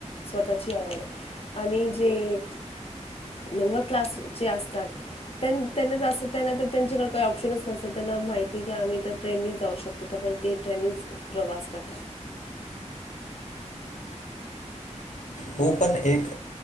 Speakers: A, on the left; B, on the left.
A: स्वतःची आवड आहे आणि जे लोअ क्लासचे असतात. त्यांना त्यांच्याकडेही ऑप्शनच न त्यांना माहिती की आमही ट्रेननी जाऊ शकतो. ण ते ठ प्रवास करत.
B: हो पण एक